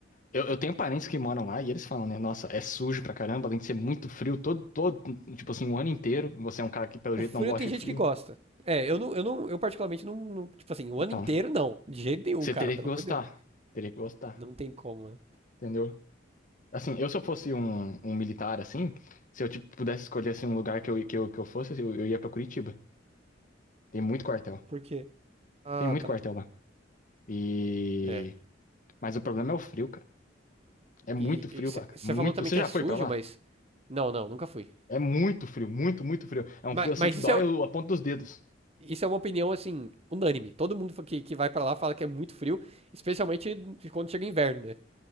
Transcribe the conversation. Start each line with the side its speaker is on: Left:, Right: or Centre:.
Left: eu, eu tenho parentes que moram lá e eles falam, né? Nossa, é sujo pra caramba, além de ser muito frio todo, todo, tipo assim, o ano inteiro. Você é um cara que, pelo
Right: O
Left: jeito,
Right: frio
Left: não gosta
Right: tem gente
Left: de frio.
Right: que gosta. É, eu não, eu não, eu particularmente não, não- tipo assim, o
Left: Então,
Right: ano inteiro não, de jeito nenhum,
Left: você
Right: cara,
Left: teria
Right: pelo
Left: que gostar.
Right: amor de Deus.
Left: Teria que gostar,
Right: Não tem como, né?
Left: entendeu? Assim, eu se eu fosse um, um militar, assim, se eu tipo, pudesse escolher assim, um lugar que eu, que eu, que eu fosse, eu, eu ia pra Curitiba. Tem muito quartel.
Right: Por quê? Ah,
Left: Tem muito
Right: tá.
Left: quartel lá. E.
Right: É.
Left: Mas o problema é o frio, cara. É muito
Right: E
Left: frio lá, cara.
Right: você
Left: Muito.
Right: falou também
Left: Você
Right: que
Left: já
Right: é sujo,
Left: foi pra lá?
Right: mas não, não, nunca fui.
Left: É muito frio, muito, muito frio. É um
Right: Mas,
Left: frio assim
Right: mas
Left: que dói
Right: isso é,
Left: o- a ponta dos dedos.
Right: isso é uma opinião assim, unânime. Todo mundo que, que vai pra lá fala que é muito frio, especialmente quando chega inverno, né?